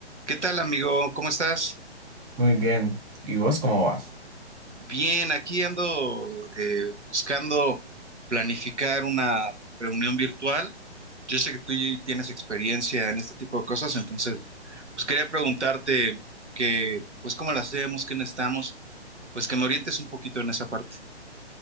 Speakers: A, on the right (about 90°); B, on the right (about 15°).
A: ¿Qué tal, amigo? ¿Cómo estás?
B: Muy bien. ¿Y vos cómo vas?
A: Bien, aquí ando eh, buscando planificar una reunión virtual. Yo sé que tú y- tienes experiencia en este tipo de cosas, entonces, pues quería preguntarte que, pues, cómo la hacemos, qué necesitamos, pues que me orientes un poquito en esa parte.